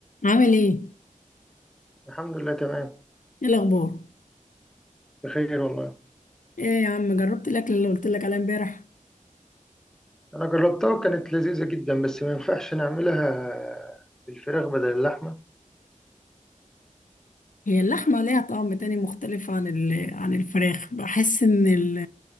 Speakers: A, on the left; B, in the centre.
A: عامل ايه؟
B: الحمد لله تمام
A: ايه الاخبار؟
B: بخير والله
A: ايه يا عم جربت الاكل اللي قلت لك عليه امبارح؟
B: انا جربتها وكانت لذيذه جدا بس ما ينفعش نعملها بالفراخ بدل اللحمه
A: هي اللحمه ليها طعم تاني مختلف عن ال... عن الفراخ بحس ان ال...